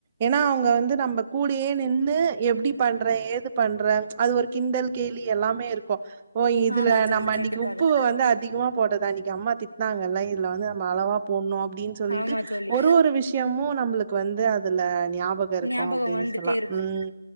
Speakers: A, on the right; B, on the left.
A: ஏன்னா அவங்க வந்து நம்ம கூடே நின்னு எப்டி பண்ற ஏது பண்ற அது ஒரு கிண்டல் கேலி எல்லாமே இருக்கும் ஓ இதுல
B: ஆமா தோழி
A: நம்ம அன்னைக்கு
B: கண்டிப்பாக
A: உப்பு வந்து அதிகமா போட்டத அன்னைக்கு அம்மா திட்டனாங்கல்ல இதுல வந்து நம்ம அளவா போடணும் அப்டின்னு சொல்லிட்டு
B: ஆமா தோழி
A: ஒரு விஷயமும் நம்மளுக்கு வந்து அதுல ஞாபகம் இருக்கும்
B: ஞாபகம்
A: அப்படின்னு
B: வந்துட்டே
A: சொல்லலாம்.
B: இருக்கும்
A: ம்.